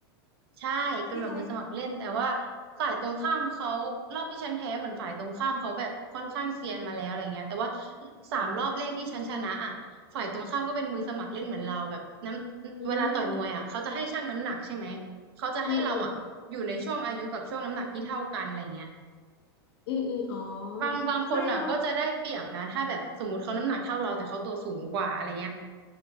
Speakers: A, on the right (about 75°); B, on the left (about 70°).
A: ใช่เป็นแบบมือสมัครเล่นแต่ว่า
B: ที่ไทยเหรอ
A: ฝ่ายตรงข้ามเขารอบที่ฉันแพ้เหมือนฝ่ายตรงข้ามเขาแบบค่อนข้างเซียนมาแล้วอะไรเงี้ยแต่ว่าสามรอบแรกที่ฉันชนะอ่ะฝ่ายตรงข้ามก็เป็นมือสมัครเล่นเหมือนเราแบบน้ำเวลาต่อยมวยอ่ะเขาจะให้ชั่งน้ำหนักใช่ไหม
B: อืม
A: เขาจะให้เราอ่ะอยู่ในช่วงอายุกับช่วงน้ำหนักที่เท่ากันอะไรเงี้ย
B: อืมอืมอืมอืมอ๋อ
A: บางบางคนอ่ะก็จะได้เปรียบนะถ้าแบบสมมติเขาน้ำหนักเท่าเราแต่เขาตัวสูงกว่าอะไรเงี้ย
B: ไม่แล้ว